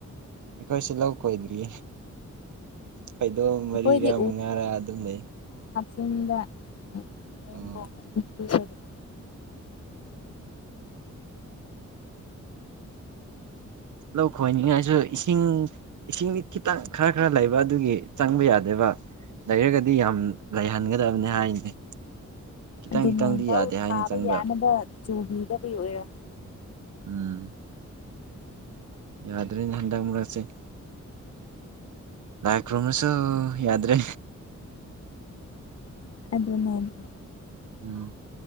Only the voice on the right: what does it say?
ꯑꯩꯈꯣꯏꯁꯨ ꯂꯧ ꯈꯣꯏꯗ꯭ꯔꯤ ꯈꯩꯗꯣꯝ
ꯃꯔꯤꯔꯥ ꯃꯉꯥꯔꯥ ꯑꯗꯨꯝ ꯂꯩ
ꯑꯣ ꯂꯧ ꯈꯣꯏꯅꯤꯡꯉꯥꯏꯁꯨ ꯏꯁꯤꯡ ꯏꯁꯤꯡꯗꯤ ꯈꯤꯇꯪ ꯈꯔ ꯈꯔ ꯂꯩꯕ ꯑꯗꯨꯒꯤ ꯆꯪꯕ ꯌꯥꯗꯦꯕ ꯂꯩꯔꯒꯗꯤ ꯌꯥꯝ ꯂꯩꯍꯟꯒꯗꯕꯅꯤ ꯍꯥꯏꯅꯤ ꯈꯤꯇꯪ
ꯈꯤꯇꯪꯗꯤ
ꯌꯥꯗꯦ ꯍꯥꯏꯅ
ꯆꯪꯕ
ꯎꯝ ꯌꯥꯗ꯭ꯔꯦꯅꯦ ꯍꯟꯗꯛ ꯃꯨꯔꯛꯁꯦ ꯏꯛ ꯔꯣꯃꯁꯨꯣ ꯌꯥꯗ꯭ꯔꯦ
ꯎꯝ